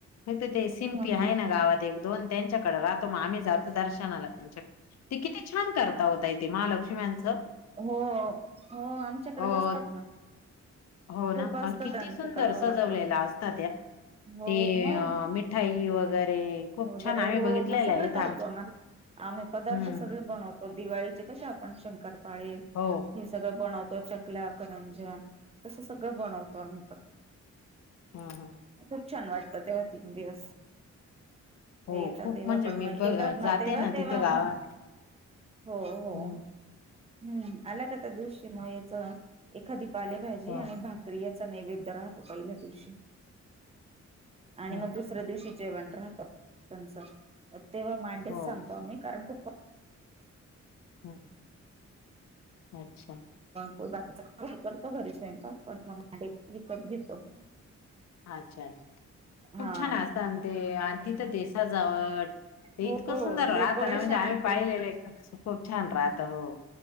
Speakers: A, on the left; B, on the right.
A: तिथं ते शिपिं
B: हा
A: आहे ना गावात एक-दोन, त्यांच्याकडे राहतो मग आम्ही जातो दर्शनाला. त्यांच्या ते किती छान करता ओ ताई महालक्ष्म्यांचं.
B: हो हो आमच्याकडे
A: अ
B: बसतात ना.
A: हो
B: खूप
A: ना
B: असतं
A: आणि किती
B: त्यांचं
A: सुंदर
B: करावं
A: सजवलेला
B: लागतं
A: असता त्या.
B: हो
A: ते
B: मग
A: मिठाई वगैरे खूप
B: वगैरे
A: छान आम्ही
B: हो
A: बघितलेला
B: मग सगळं
A: येथ
B: करतो
A: आमच्या
B: ना आम्ही पदार्थ
A: हम्म
B: सगळे बनवतो, दिवाळीचे कसे आपण शंकरपाळे
A: हो
B: हे सगळं बनवतो. तो चकल्या, करंजा, तसं सगळं बनवतो आम्ही पण.
A: हम्म हम.
B: खूप छान वाटतं तेव्हा तीन दिवस
A: हो
B: येता
A: खूप
B: तेव्हा
A: म्हणजे
B: पण
A: मी
B: म येतात
A: ब
B: ना
A: जाते
B: तेव्हा-तेव्हा
A: तिथं गावात
B: मग. हो हो.
A: हं,
B: हम्म, आला काता दृश्यम याच एखादी पालेभाजी
A: हो
B: आणि भाकरी या. नैवेद राहतो, पहिल्या दिवशी, आणि
A: हं,
B: मग दुसऱ्या दिवशी जेवण राहत त्यांच, तेव्हा मांडेच
A: हो
B: सांगतो आम्ही कारण खूप
A: हो. अच्छा.
B: बाकीचा का करतो घरी स्वयंपाक, पण मी विकत घेतो.
A: अच्छा-अच्छा
B: हा
A: खूप छान असत, ते तिथं देसा सजावट. ते
B: हो
A: इतकं सुंदर
B: डेकोरेशन
A: राहतना म्हणजे आम्ही
B: आणि ते
A: पाहिलेलं आहे म्हणजे खूप छान राहत, हो.